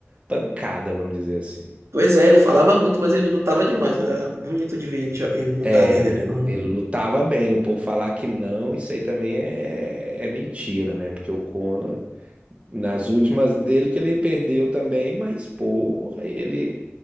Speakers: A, on the right (about 25°); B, on the right (about 70°).
A: pancada, vamos dizer assim.
B: Pois é, ele falava muito, mas ele lutava demais. Era bonito de ver ele, jo- ele lutar,
A: É,
B: né? Ele era um,
A: Ele lutava bem, o povo falar que não, isso aí também é, é mentira, né? Porque o Conor, nas últimas dele, que ele perdeu também, mas porra, ele